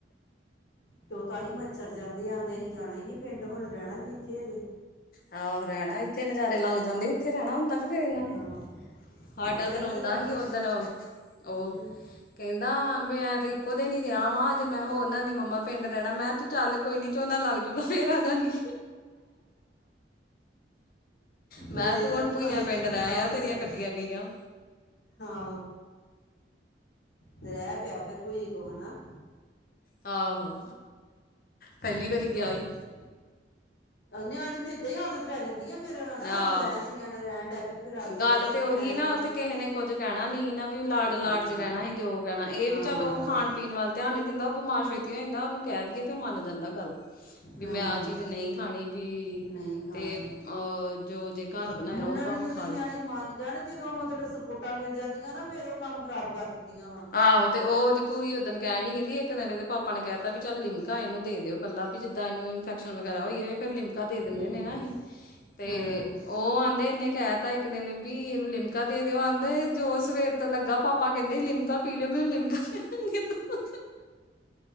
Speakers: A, on the left; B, on the left.
A: ਤੇ ਉਹ ਤਾਂ ਅਸੀਂ ਮੱਛਰ ਜਾਂਦੇ ਆਂਦੇ ਅਹੀਂ ਜਾਣਾ ਈ ਨੀ ਪਿੰਡ ਹੁਣ ਰਹਿਣਾ ਹੀ ਇੱਥੇ ਹਜੇ।
B: ਆਹੋ ਰਹਿਣਾ ਇੱਥੇ ਨਜ਼ਾਰੇ ਲੱਗ ਜਾਂਦੇ ਇੱਥੇ ਰਹਿਣਾ ਹੁੰਦਾ। ਫਿਰ ਇਹਨਾਂ ਨੇ
A: ਹਾਂ
B: ਸਾਡਾ
A: ਅੱਗੇ
B: ਤੇ
A: ਉਹਨਾਂ
B: ਰੋਂਦਾ
A: ਦੇ ਪਾਪਾ
B: ਸੀ
A: ਦਾ
B: ਓਦਣ ਉਹ
A: ਹੂੰ
B: ਕਹਿੰਦਾ ਮੈਂ ਤੇ ਇੱਕੋ ਦਿਨ ਹੀ ਰਿਹਾ ਵਾ ਅਜੇ ਮੈਂ ਹੋਰਨਾਂ ਦੀ ਨਾਨੀ ਮੰਮਾ ਪਿੰਡ ਰਹਿਣਾ ਮੈਂ ਹੈਂ ਤੂੰ ਚੱਲ ਕੋਈ ਨੀ ਝੋਨਾ ਲੱਗ ਜੂਗਾ ਫੇਰ ਆ ਜਾਂਗੇ। ਮੈਂ
A: ਵੇਖ
B: ਤੂੰ
A: ਲਾ
B: ਹੁਣ
A: ਨਿਆਣਿਆਂ
B: ਭੂਈਆਂ ਪਿੰਡ
A: ਨੂੰ ਕਿੰਨਾ
B: ਰਹਿ ਆ
A: ਹੁੰਦਾ
B: ਤੇਰੀਆਂ
A: ਏ
B: ਕੱਟੀਆਂ ਗਈਆਂ।
A: ਆਹੋ, ਤੇ ਰਹਿ ਪਿਆ ਫਿਰ ਭੂਈ ਕੋ ਹਨਾ।
B: ਆਹੋ, ਪਹਿਲੀ
A: ਚਲੋ
B: ਵਾਰੀ ਗਿਆ ਈ।
A: ਨਿਆਣੇ ਨੂੰ ਏਦਾਂ ਹੀ ਆਦਤ ਪੈ ਜਾਂਦੀ ਆ ਫੇਰ ਹਨਾ,
B: ਆਹ
A: ਰਹਿਣ ਦੀ ਨਿਆਣਾ ਰਹਿਣ ਡੈ ਨੇਂ ਤੇ। ਫਿਰ ਆਦਤ
B: ਗੱਲ
A: ਪੈ ਜਾਂਦੀ
B: ਤੇ ਉਹੀ
A: ਹੈ ਰਹਿਣ
B: ਨਾ
A: ਦੀ
B: ਉੱਥੇ ਕਿਹੇ ਨੇ ਕੁੱਝ ਕਹਿਣਾ ਨੀਹੀ ਨਾ ਵੀ ਲਾਡ
A: ਕਹਿਣਾ
B: ਲਾੜ
A: ਨੀ
B: ਚ ਰਹਿਣਾ ਹੀ ਜੋ ਕਹਿਣਾ ਇਹ
A: ਹਾਂ
B: ਵੀ ਚਲੋ ਖਾਣ ਪੀਣ ਵਲ ਧਿਆਨ ਨੀ ਦਿੰਦਾ ਉਹ ਬਮਾਰ ਛੇਤੀ ਹੋ ਜਾਂਦਾ, ਉਹਨੂੰ ਕਹਿ ਦਈਏ ਤੇ ਉਹ ਮੰਨ ਜਾਂਦਾ ਗੱਲ। ਵੀ
A: ਹਾਂ
B: ਮੈਂ ਆਹ
A: ਹਾਂ
B: ਚੀਜ਼ ਨਈਂ ਖਾਣੀ ਪੀ।
A: ਨਹੀਂ ਖਾਣੀ
B: ਤੇ ਅਹ ਜੋ ਜੇ ਘਰ ਬਣਾਇਆ
A: ਮੰਨਣ
B: ਉਹ ਭਾਵੇਂ
A: ਨੂੰ
B: ਖਾ
A: ਤੇ ਨਿਆਣੇ
B: ਲਏ
A: ਮੰਨ ਜਾਣ ਜਦੋਂ ਮਤਲਬ ਸਪੋਰਟਾਂ ਮਿਲ ਜਾਂਦੀਆਂ ਨਾ ਫੇਰ ਉਹ ਕੰਮ ਖਰਾਬ ਕਰ ਦਿੰਦੀਆਂ ਵਾ।
B: ਆਹੋ ਤੇ ਉਹ ਉਹਦੀ ਭੂਈ ਉਦਨ ਕਹਿ ਡੀ ਕਹਿੰਦੀ ਇੱਕ ਦਿਨ ਇਹਦੇ ਪਾਪਾ ਨੇ ਕਹਿਤਾ ਵੀ ਚੱਲ ਲਿਮਕਾ ਇਹਨੂੰ ਦੇ ਦਿਓ। ਇਕੱਲਾ ਵੀ ਜਿੱਦਾਂ ਇਹਨੂੰ ਇਨਫੈਕਸ਼ਨ ਵਗੈਰਾ ਹੋਈਏ ਫਿਰ ਲਿਮਕਾ ਦੇ ਦਿੰਦੇ
A: ਹੂੰ
B: ਹੁੰਦੇ ਨਾ ਅਸੀਂ ਤੇ
A: ਹਾਂ
B: ਉਹ ਆਹਂਦੇ ਇਹਨੇ ਕਹਿ ਤਾ ਇੱਕ ਦਿਨ ਵੀ ਇਹਨੂੰ ਲਿਮਕਾ ਦੇ ਦਿਓ ਆਹਂਦੇ ਜੋ ਸਵੇਰ ਤੋਂ ਲੱਗਾ ਪਾਪ ਆਪਾਂ ਕਹਿੰਦੇ ਲਿਮਕਾ ਪੀ ਲਿਓ ਮੈਨੂੰ ਲਿਮਕਾ ਲਿਆ ਕੇ ਦੋ।